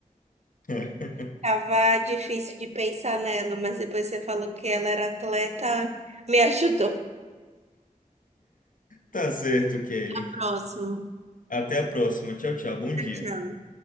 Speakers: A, on the left; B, on the right.
A: <laughs>
B: Tava difícil de pensar nela, mas depois você falou que ela era atleta, me ajudou.
A: Tá certo, Kelly.
B: Próximo.
A: Até a próxima. Tchau, tchau. Bom dia.
B: Tchau, tchau.